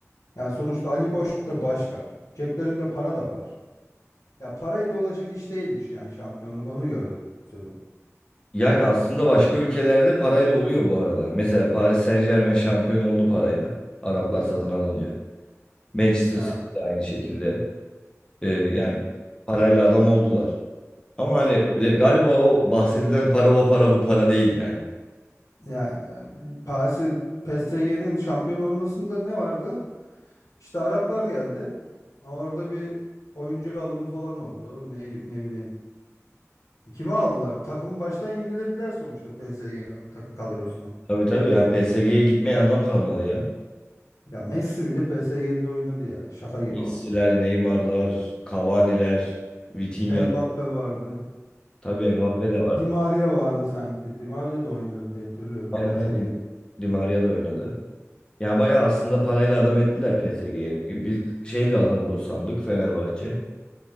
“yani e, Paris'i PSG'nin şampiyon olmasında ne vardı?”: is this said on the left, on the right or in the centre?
Left